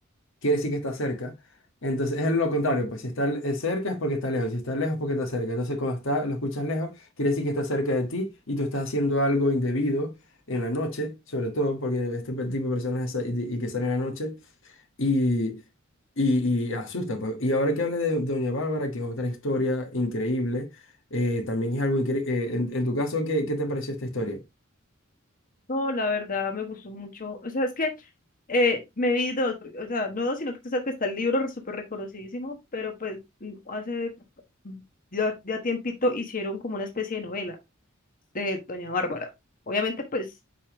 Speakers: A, on the left (about 65°); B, on the left (about 40°).
A: quiere decir que está cerca. Entonces es lo contrario, pues si está l- eh, cerca es porque está lejos, si está lejos es porque está cerca. Entonces cuando está, lo escuchas lejos, quiere decir que está cerca de ti y tú estás haciendo algo indebido en la noche, sobre todo porque este pe- tipo de personas es- y y que salen en la noche. Y, y, y asusta. pues. Y ahora que hablas de Doña Bárbara, que es otra historia increíble, eh, también es algo increíble. en, en tu caso, ¿qué, qué te pareció esta historia?
B: No, la verdad me gustó mucho. O sea, es que eh, me vi dos, porque- o sea, no dos, sino que tú sabes que está el libro re- súper reconocidísimo, pero pues mm, hace mm, ya, ya tiempito hicieron como una especie de novela de Doña Bárbara. Obviamente, pues